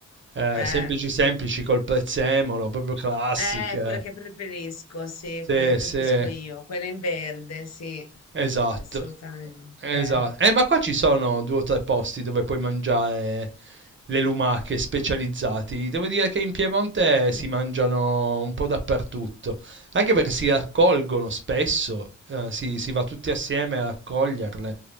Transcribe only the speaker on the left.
eh.
Eh, quella che preferisco, sì,
quella che preferisco
io, quella in verde, sì,
assolutamente.
Mm,